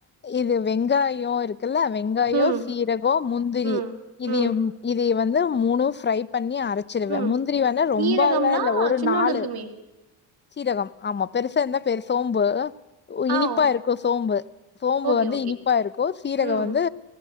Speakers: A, on the left (about 25°); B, on the right (about 50°).
A: இது வெங்காயோ இருக் குல்ல வெங்காயோ
B: ம்
A: சீரகோ முந்திரி
B: ம்
A: இதயும்
B: ம்
A: இதய வந்து மூணு ஃப்ரை பண்ணி அரைச்சிருவே
B: ம்
A: முந்திரி வந்து
B: சீரகம்னா
A: ரொம்பல்லா இல்ல ஒரு
B: சின்னோண்டு
A: நாலு
B: இருக்குமே
A: சீரகம் ஆமா பெருசா இருந்தா பெரு சோம்பு இனிப்பா
B: ஆ ஓ
A: இருக்கு சோம்பு சோம்பு
B: ஓகே
A: வந்து
B: ஓகே
A: இனிப்பா இருக்கு சீரகோ
B: ம்
A: வந்து